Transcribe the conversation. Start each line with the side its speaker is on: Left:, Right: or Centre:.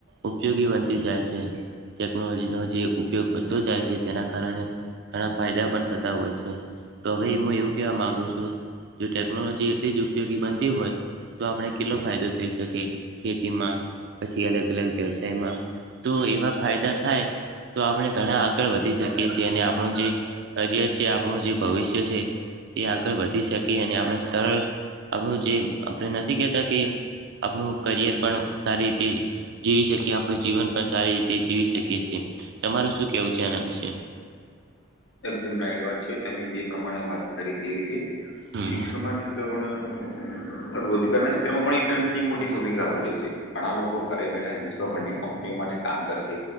Right: ઉપયોગી બનતી જાય છે. ટેકનોલોજીનો જે ઉપયોગ વધતો જાય છે તેના કારણે. ઘણા ફાયદા પણ થતા હોય છે. તો હવે હું એવું કેવા માગુ છું. જો ટેકનોલોજી એટલી જ ઉપયોગી બનતી હોય. તો આપણે કેટલો ફાયદો થઈ શકે ખેતીમાં પછી અલગ અલગ વ્યવસાયમાં. તો એવા ફાયદા થાય તો આપણે ઘણા આગળ વધી શકીએ છીએ અને આપણું જે કરિર છે. આપણું જે ભવિષ્ય છે. તે આગળ વધી શકી અને આપણે સરળ આપણું જે આપણે નથી કેહેતા કે આપણું કરિયર પણ સારી રીતે જીવી શકીએ આપણું જીવન પણ સારી રીતે જીવી શકીએ છીએ. તમારું શું કહેવું છે? આના વિશે.
Left: એકદમ રાઈટ વાત છે તમે જે પ્રમાણે વાત કરી તે રીતે
Right: હમ
Left: શિક્ષણમાં તે્યારે પણણે રોજગાર ના ક્ષેત્રમાં પણ ઇન્ટરનેટ ની મોટી ભૂમિકા ભજવ છે ઘણા લોકો
Right: હમ
Left: ઘરે બેઠા વિશ્વ બંને કંપનીઓ માટે કામ કરશે